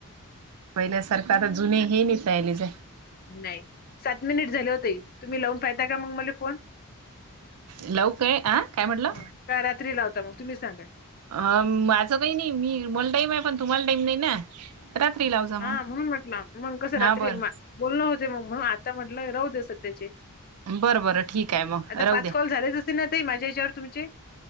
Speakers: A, on the right; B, on the left.
A: पहिल्यासारखं आता जुने हे नियलेच.
B: नाही सात मिनिट झाले होते तुम्ही लावून पाहता का मग मला फोन.
A: लवकय अं काय म्हटलं
B: हं. का रात्री लावता मग तुम्ही सांगा?
A: अ माझं काही नाही मी मला टाईम आहे पण तुम्हाला टाईम नाही ना. रात्री लावजा. मग
B: हा म्हणून म्हटलं मग कसं
A: हा
B: रात्री
A: बरं
B: बोलण होते मग आता म्हटलं राहू दे सध्याचे.
A: बरं बरं ठीक आहे मग
B: आता
A: राहू
B: पाच
A: द्या
B: कॉल झालेच असतील ना ताई माझ्या हच्यावर तुमचे.